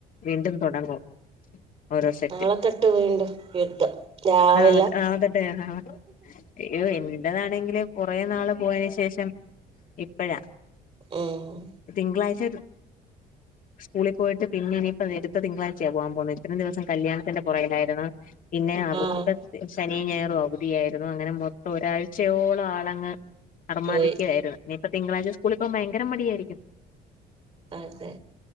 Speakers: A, on the left; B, on the right.
A: വീണ്ടും തൊടങ്ങും. ഓരോ സെറ്റ്
B: നാളെ തൊട്ട് വീണ്ടും യുദ്ധം രാവിലെ
A: നാളെ നാളെത്തെട്ടഹവാ ഇയ്യോ എൻ. ല്ലതാണെങ്കില് കൊറേ നാള് പോയന് ശേഷം ഇപ്പഴാ.
B: ആഹ്.
A: തിങ്കളാഴ്ച സ്കൂളി പോയിട്ട് പിന്നെ ഇനിപ്പോ വെരുത്ത തിങ്കളാ ഴ്ച്ച പോവാ പോവുന്നേ ഇത്രയും ദിവസം കല്യാണത്തിന്റെ പുറകിലായിരുന്നു പിന്നെ അബ്
B: ആഹ്
A: ശനി ഞായറും അവുധിയായിരുന്നു അങ്ങനെ മൊത്തം ഒരാഴ്ചയോളം ആളങ്ങ്. അർമാദിക്ക്യായിരുന്നു
B: പോയി
A: ഇനിയിപ്പ തിങ്കളാഴ്ച സ്കൂളി പോവാൻ ഭയങ്കര മടിയായിരിക്കും.
B: അതെ